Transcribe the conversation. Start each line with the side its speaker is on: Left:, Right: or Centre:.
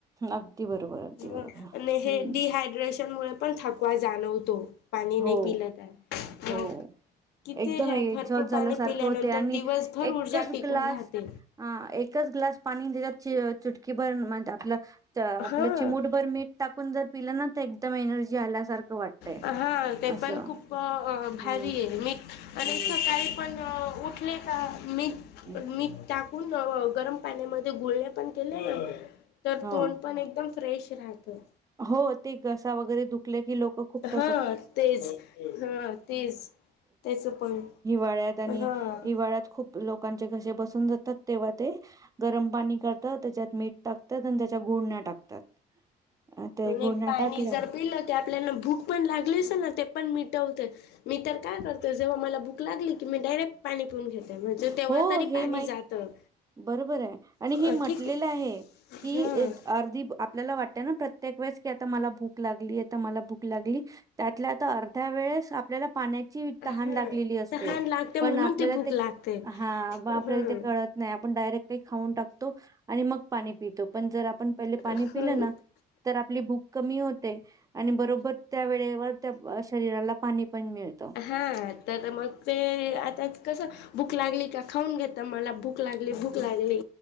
Right: अगदी बरोबर अगदी
Left: ह
Right: बरोबर
Left: हे
Right: हम्म
Left: डीहाड्रेशन मु पण थकवा जाणवतो पाणी
Right: हो
Left: नाही पिल आहे
Right: हो.
Left: मग कितीे
Right: एकदम
Left: ह
Right: एक्झॉस्ट
Left: भरपूर
Right: झाल्यासारखं
Left: पाणी पिल्यानंतर
Right: होते आणि
Left: दिवसभर
Right: एकच
Left: ऊर्जा टिकून
Right: ग्लास
Left: राहते
Right: हा एकच ग्लास पाणी त्याच्यात चट की बर म्हण आपलं आपलं
Left: हा.
Right: चिमूटभर मीठ टाकून जर पिलं ना तर एकदम एनर्जी ल्या सारखं वाटतय
Left: हां ते
Right: असं
Left: पण खूप भारी
Right: हम्म
Left: आहे मी आणि
Right: हम्म
Left: इ सकाळी पण उठले का मी
Right: हम्म.
Left: मीठ टाकून गरम पाण्यामध्ये गुोलणे पण केले ना तर
Right: हो
Left: तोंड पण एकदम फ्रेश राहतो
Right: हो ते घसा वगैरे दुख ल खप ह
Left: हां तेच हां तेच त्याचं पण
Right: आणि
Left: हां
Right: हवाळात खूप लोकांचे घसे बसून जातात तेव्हा ते गरम पाणी करतात त्याच्यात मीठ टाकतात आणि त्याच्याु पुर्ण्या टाकतात अ, ते
Left: आणि
Right: गुडण्या
Left: पाणी
Right: टाकल्या
Left: जर पिलं तर आपल्याला भूक पण लागली असेल ना ते पण मिटवत मी तर काय करतो जेव्हा मला भूक लागली की मी डायरेक्ट पाणी पिऊन घेतो े तेव्हा
Right: हो,
Left: तरी
Right: हे
Left: पाणी
Right: माहीत
Left: जातं
Right: बरोबर आहे आणि
Left: अ,
Right: हे म्हटलेलं
Left: ठीक
Right: आहे
Left: हं
Right: की अर्धी आपल्याला वाट प्रतेक वेळेस की आता मला भूक लागली आ मला भूक लागली त्यातल्या तर अर्ध्या वेळेस आपल्याला पाण्याची तहान
Left: हा
Right: लागलेली असते
Left: तहान लागते
Right: पण
Left: म्हणून
Right: आपल्याला
Left: ती भूक
Right: ते
Left: लागते.
Right: हा म आपल्याला
Left: हं
Right: ते कळत नाही आपण डायरेक्ट काही खाऊन टाक आणि मग पाणी पितो पण जर आपण पहिले पाणी
Left: हं
Right: पिलं ना तर आपली भूक कमी आणि बरोबर त्या वेळेवर त्या शरीराला पाणी पण मिळते
Left: हा तर मग ते आता कसं भूक लागली का खाऊन घेत मला भूक भक लागले
Right: हं.
Left: भूक लागले